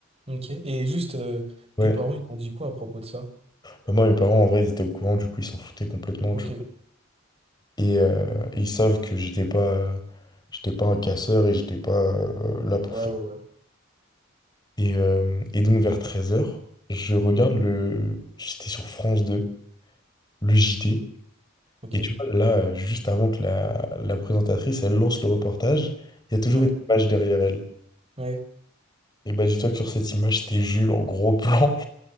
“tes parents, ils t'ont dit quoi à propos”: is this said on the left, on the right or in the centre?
Right